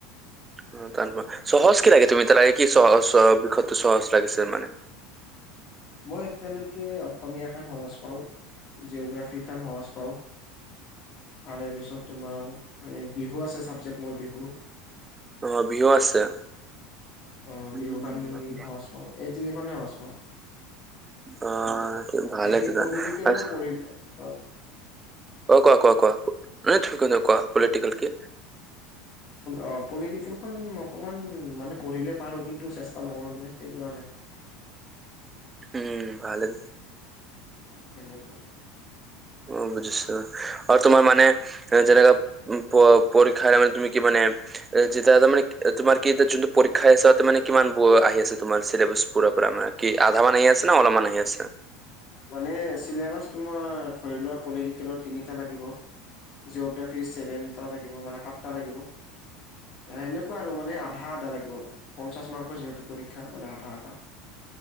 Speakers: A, on the right; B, on the left.
A: উ তাৰ সহজ কি লাগে তুমি তাৰ লাগে কি সহ বিষয়টো সহজ লাগিছে মানে।
B: মই এতিয়ালৈকে অসমীয়া খন সহজ পাওঁ জিঅগ্ৰাফি খন সহজ পাওঁ। তাৰে পিছত তোমাৰ বিহু আছে চাবজেক্ট মোৰ বিহু।
A: অ' বিহু আছে।
B: অ'
A: উম,
B: বিহু খন সহজ পাওঁ এই তিনিখনেই সহজ পাওঁ।
A: অঁ ভালে
B: বাকী
A: আছে ভাল
B: পলিটিকেলো
A: আৰু।
B: পঢ়িলে অ
A: অঁ কোৱা কোৱা কোৱা কোৱা পলিটিকেল কি।
B: অঁ পলিটিকেলখন অকমান মানে পঢ়িলে পাৰো কিন্তু চেষ্টা নকৰোনে সেইকাৰণে।
A: উম ভালে।
B: এনেকুৱা।
A: অ বুজিছো। আৰু তোমাৰ মানে
B: অ
A: যেনেকা প পৰীক্ষা মানে তুমি কি মানে। যেতিয়াটা তাৰমানে তোমাৰ কি এতিয়া যোনটো পৰীক্ষা আছাতে মানে। কিমান ব আহি আছে তোমাৰ চিলেবাছ পুৰা পৰা মানে কি আধা মান আহি আছে ন অলপমান আহি আছে।
B: মানে চিলেবাচ তোমাৰ ধৰি লোৱা পলিটিকেলৰ তিনিটা লাগিব। জিঅ'গ্ৰাফি চেভেন টা থাকিব মানে সাত লাগিব। এনেকুৱা আৰু মানে আধা আধা লাগিব। পঞ্চাছ মাৰ্কৰ যিহেতু পৰীক্ষা মান আধা আধা।